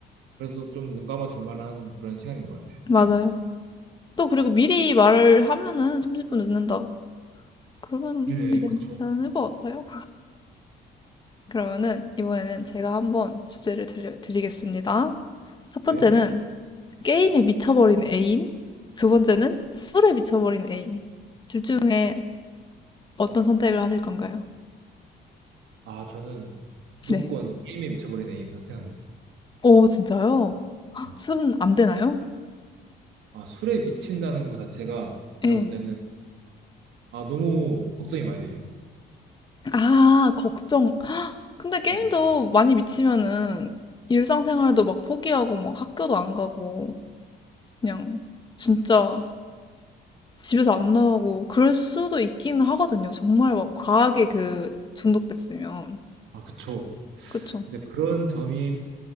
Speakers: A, on the right; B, on the left.
A: 그래서 좀 눈 감아 줄 만한 그런 시간인 것 같아요,
B: 맞아요.
A: 저는.
B: 또 그리고 미리 말을 하면은 30분 늦는다고. 그러면
A: 예,
B: 괜찮을
A: 그렇죠.
B: 것 같아요. 그러면은 이번에는 제가 한번 주제를 드려, 드리겠습니다. 첫 번째는
A: 예.
B: 게임에 미쳐버린 애인, 두 번째는 술에 미쳐버린 애인. 둘 중에 어떤 선택을 하실 건가요?
A: 아, 저는 무조건
B: 네.
A: 게임에 미쳐버린 애인 선택하겠습니다.
B: 오, 진짜요? <gasps> 헉,
A: 네.
B: 술은 안 되나요?
A: 아, 술에 미친다는 것 자체가 제가
B: 예.
A: 볼 때는 아, 너무 걱정이 많이 돼요.
B: 아, 걱정. 근데 게임도
A: 네.
B: 많이 미치면은 일상생활도 막 포기하고 막 학교도 안 가고 그냥 진짜 집에서 안 나오고 그럴 수도 있기는 하거든요. 정말 막 과하게 그 중독됐으면.
A: 아, 그쵸.
B: 그쵸?
A: 근데 그런 점이,